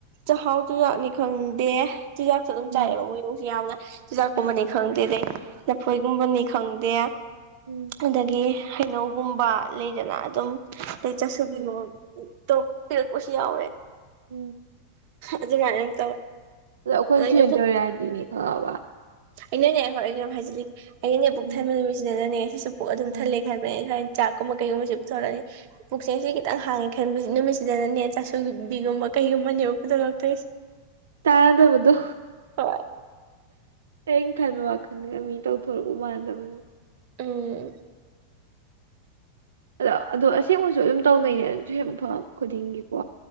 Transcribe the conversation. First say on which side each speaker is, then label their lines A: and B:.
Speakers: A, on the right; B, on the right.
A: ꯆꯥꯛꯍꯥꯎ ꯆꯨꯖꯥꯛꯅꯤ ꯈꯪꯗꯦ ꯆꯨꯖꯥꯛꯁꯨ ꯑꯗꯨꯝ
B: ꯍꯣꯏ
A: ꯆꯥꯏꯑꯦꯕ ꯃꯣꯏ ꯏꯃꯨꯡꯁꯤ ꯌꯥꯝꯅ ꯆꯨꯖꯥꯛꯀꯨꯝꯕꯅꯤ
B: ꯑꯥ
A: ꯈꯪꯗꯦ ꯑꯗꯩ ꯂꯐꯣꯏꯒꯨꯝꯕꯅꯤ ꯈꯪꯗꯦ꯫
B: ꯎꯝ꯫
A: ꯑꯗꯒꯤ ꯍꯩꯅꯧꯒꯨꯝꯕ ꯂꯩꯗꯅ ꯑꯗꯨꯝ ꯑꯇꯩ ꯆꯥꯁꯨꯕꯤꯒꯨꯝ
B: ꯍꯣꯏ
A: ꯇꯣꯛ ꯄꯤꯔꯛ ꯄꯁꯨ ꯌꯥꯎꯋꯦ꯫
B: ꯎꯝ꯫
A: ꯑꯗꯨꯃꯥꯏꯅ ꯇꯧꯋꯦꯕ꯫
B: ꯑꯗꯣ ꯑꯩꯈꯣꯏ
A: ꯑꯗ ꯑꯩꯅ
B: ꯇꯨꯏꯁꯟ
A: ꯄꯨꯛ
B: ꯇꯧꯔꯤꯔꯥꯏꯗꯤꯅꯤ ꯈꯪꯉꯕ
A: ꯑꯩꯅꯅꯦ ꯍꯣꯏ ꯍꯥꯏꯖꯤꯜꯂꯤꯒꯦ ꯑꯩꯅꯅꯦ ꯄꯨꯛ
B: ꯎꯝ
A: ꯊꯟꯕ ꯅꯨꯃꯤꯠꯁꯤꯗꯅꯅꯦ ꯉꯥꯁꯤꯁꯨ ꯄꯨꯛ ꯑꯗꯨꯝ
B: ꯑꯥ
A: ꯊꯜꯂꯦ ꯈꯕ <unintelligible> ꯆꯥꯛꯀꯨꯝꯕ ꯀꯩꯒꯨꯝꯕꯁꯦ ꯄꯨꯊꯣꯛ ꯂꯛꯑꯅꯤ꯫ ꯄꯨꯛꯁꯦ ꯉꯁꯤ ꯈꯤꯇꯪ ꯍꯥꯡꯉꯦ ꯈꯟꯕꯁꯦ ꯅꯨꯃꯤꯠꯁꯤꯗꯅꯅꯦ ꯆꯥꯁꯨꯕꯤꯒꯨꯝꯕ ꯀꯩꯒꯨꯝꯕꯅꯦꯕ ꯄꯨꯊꯣꯛꯂꯛꯇꯣꯏꯔꯤꯁꯦ
B: ꯇꯥꯗꯕꯗꯨ꯫
A: ꯍꯣꯏ
B: ꯑꯩꯟ ꯈꯟꯕ ꯋꯥꯈꯜꯒ ꯃꯤ ꯇꯧꯊꯣꯔꯛꯄ ꯃꯥꯟꯅꯗꯕꯗꯣ꯫
A: ꯎꯝ꯫
B: ꯑꯗꯣ ꯑꯗꯣ ꯑꯁꯦꯡꯕꯁꯨ ꯑꯗꯨꯝ ꯇꯧꯅꯩꯗꯅ ꯇꯨꯏꯁꯟ ꯃꯐꯝ ꯈꯨꯗꯤꯡꯒꯤꯀꯣ